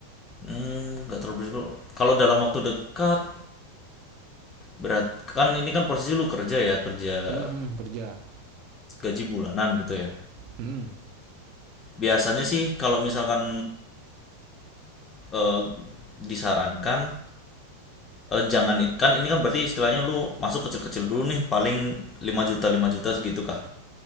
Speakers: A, on the left (about 25°); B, on the right (about 40°).
A: hmm nggak terlalu beresiko kalau dalam waktu dekat berat kan ini kan posisi lu kerja ya kerja
B: Hmm, kerja
A: gaji bulanan gitu ya
B: Hmm,
A: biasanya sih kalau misalkan eh, disarankan eh, jangan i- kan ini kan berarti istilahnya lu masuk kecil-kecil dulu nih paling 5 juta 5 juta segitu kah